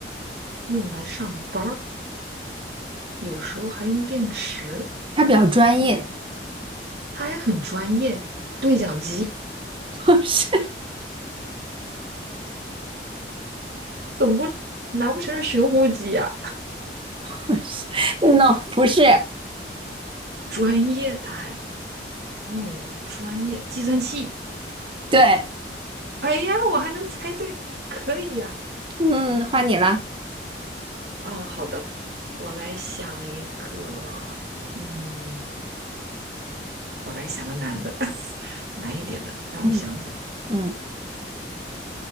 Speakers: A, on the right; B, on the right.
A: 用来上班儿，有时候还用电池，
B: 它比较专业。
A: 他还很专业。对讲机，
B: <laughs> 不是，
A: 总不难不成是寻呼机呀、
B: 不是嗯，no，不是。
A: 专业，他还哦，专业计算器。
B: 对，
A: 哎呀，我还能猜对，可以呀、
B: 嗯，换你了。
A: 啊，好的，我来想一个，嗯，我来想个难的，<laughs> 难一点的，让我想一想。
B: 嗯嗯